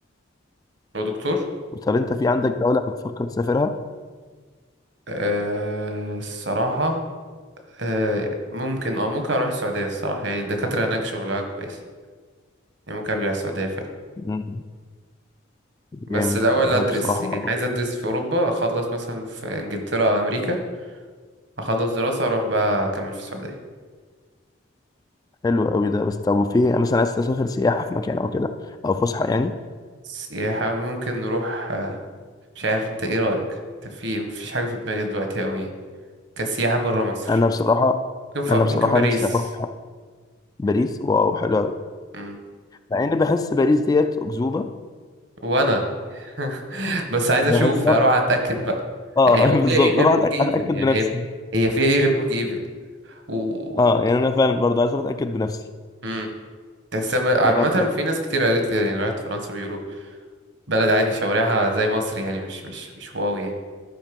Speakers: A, on the right; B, on the left.
A: هو دكتور
B: طب انت في عندك دولة بتفكر تسافرها؟
A: أه الصراحة أه ممكن اه ممكن اروح السعودية الصراحة يعني الدكاترة هناك شغلها كويس يعني ممكن ارجع السعودية فعلا
B: مم،
A: بس
B: جامد
A: الأول
B: انا
A: أدرس
B: بصراحة
A: يعني عايز أدرس في أوروبا أخلص مثلا في إنجلترا أو أمريكا أخلص دراسة أروح بقى أكمل في السعودية
B: حلو قوي ده بس طب وفي مثلا عايز تسافر سياحة في مكان او كده او فسحة يعني
A: سياحة ممكن نروح آه، مش عارف أنت إيه رأيك أنت في مفيش حاجة في دماغي دلوقتي أوي يعني. كسياحة برا مصر
B: انا بصراحة
A: ممكن ف...
B: انا
A: ممكن
B: بصراحة
A: باريس
B: نفسي اروح باريس واو حلو قوي
A: مم.
B: مع اني بحس باريس ديت اكذوبة
A: وأنا <laughs> بس عايز
B: بحسها
A: أشوف هروح أتأكد بقى
B: اه
A: يعني هو
B: <laughs> بالظبط
A: فيها إيه غير
B: اروح
A: برج
B: أتأك-
A: إيفل
B: اتاكد
A: يعني
B: بنفسي
A: هي هي فيها إيه غير برج إيفل و
B: اه يعني انا فعلا برضه عايز اتاكد بنفسي
A: مم. تحسها بقى- عامة
B: يعني أنا-
A: في ناس كتير قالت لي يعني راحت فرنسا بيقولوا بلد عادي شوارعها زي مصر يعني مش مش مش واو يعني